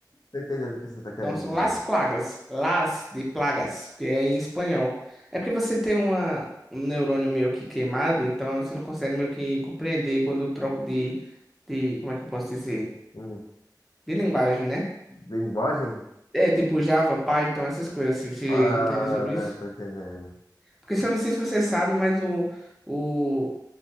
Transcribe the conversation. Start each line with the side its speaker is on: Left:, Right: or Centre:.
Left: Tô entendendo o que você tá querendo
Centre: Então são
Left: dizer.
Centre: las plagas. Las de plagas, que é em espanhol. É porque você tem uma, um neurônio meio que queimado, então você não consegue meio que compreender quando eu troco de, de, como é que eu posso dizer?
Left: Hum,
Centre: De linguagem, né?
Left: linguagem?
Centre: É, tipo Java, Python, essas coisas, se você
Left: Ah,
Centre: entende sobre isso.
Left: tô entendendo.
Centre: Porque se eu não sei se você sabe, mas o, o,